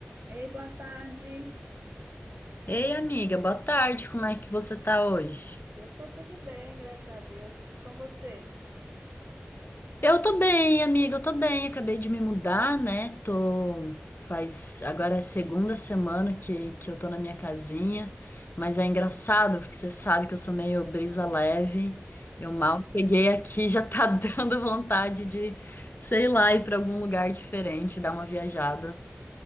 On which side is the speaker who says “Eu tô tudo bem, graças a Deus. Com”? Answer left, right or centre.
Right